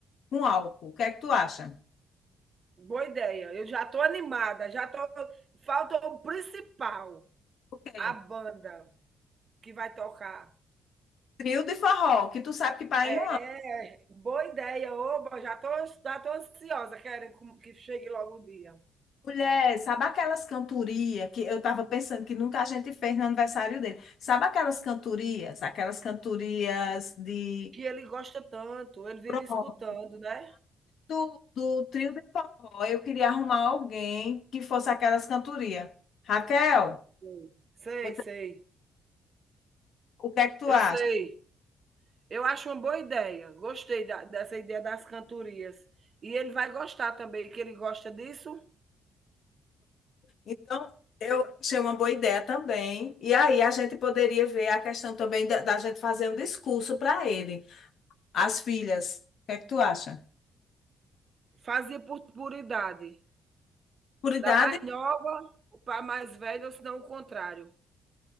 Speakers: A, on the left (about 65°); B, on the right (about 40°).
A: com álcool. O que é que tu acha?
B: Boa ideia. Eu já estou animada, já tô. Falta o principal,
A: O quê?
B: a banda que vai tocar.
A: Trio de forró, que tu sabe que para em
B: É,
A: um ano.
B: boa ideia, oba, já estou já tô ansiosa, querem que chegue logo o dia.
A: Mulher, sabe aquelas cantorias que eu estava pensando que nunca a gente fez no aniversário dele? Sabe aquelas cantorias, aquelas cantorias de
B: Que ele gosta tanto, ele vive
A: pronto,
B: escutando, né?
A: do, do trio de forró, eu queria arrumar alguém que fosse aquelas cantorias. Raquel,
B: Sim. Sei,
A: você-
B: sei.
A: o que é que tu
B: Eu
A: acha?
B: sei. Eu acho uma boa ideia. Gostei da- dessa ideia das cantorias. E ele vai gostar também, que ele gosta disso.
A: Então, eu achei uma boa ideia também. E aí a gente poderia ver a questão também da, da gente fazer um discurso para ele, as filhas. O que é que tu acha?
B: Fazia por, por idade.
A: Por
B: Da
A: idade,
B: mais nova para a mais velha, ou se não o contrário.